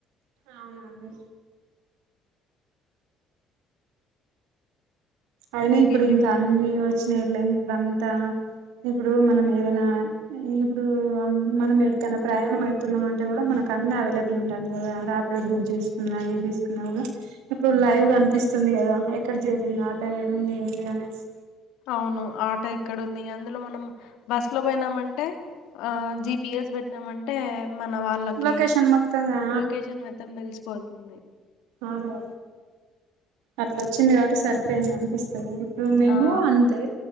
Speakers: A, on the right; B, on the left.
A: అవునవును అయినా
B: ఇంకేంటి
A: ఇప్పుడు ఇంకా అన్ని వచ్చినాయిలె ఇప్పుడంతా ఇప్పుడు మనం ఏదైనా ఇప్పుడు మనం ఎడికైనా ప్రయాణం అయితున్నాం అంటే కూడా మనకు అన్ని అవైలబుల్ ఉంటాయి కదా రా డ బుక్ చేసుకున్నా ఏది చేసుకున్నా కూడా ఇప్పుడు లైవ్ గనిపిస్తుంది కదా ఎక్కడ చేరింద ఏడుంది ఏంటి అనేసి
B: అవును ఆటో ఎక్కడుంది అందులో మనం బస్ లో పోయినామంటే ఆ జి. పి. ఎస్ పెట్టనామంటే మన వాళ్ళకి
A: లొకేషన్ మొత్తంగా
B: లొకేషన్ మొత్తం తెలిసిపోతుంది
A: ఆదో అట్లోచ్చింది కాబట్టి సరిపోయింది అనిపిస్తుంది ఇప్పుడు మేము
B: ఆ
A: అంతే